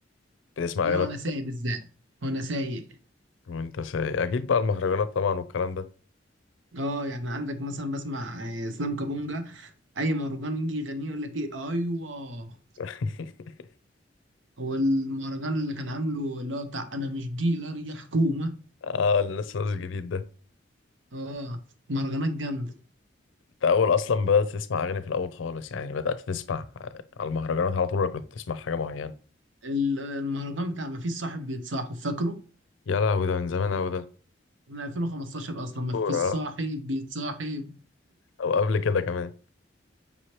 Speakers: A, on the left; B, on the right.
A: بتسمع
B: لا
A: اغاني وانت
B: وانا سايق بالذات وانا سايق
A: وأنت سايق اكيد بقى المهرجانات طبعا والكلام ده
B: اه يعني عندك مثلا بسمع آه، اسلام كابونجا اي مهرجان يجي يغنيه يقول لك ايه ايوه
A: <laughs>
B: هو المهرجان اللي كان عامله اللي هو بتاع انا مش ديلر يا حكومه
A: اه اللي لسه نازل جديد ده
B: اه مهرجانات جامده
A: انت اول اصلا بدات تسمع اغاني في الاول خالص يعني بدات تسمع آه، على المهرجانات على طول ولا كنت تسمع حاجه معينه
B: ال- المهرجان بتاع ما فيش صاحب بيتصاحب فاكره
A: يا لهوي ده من زمان اوي ده
B: من 2015 اصلا ما
A: كورة
B: فيش صاحب
A: آه.
B: بيتصاحب
A: او قبل كده كمان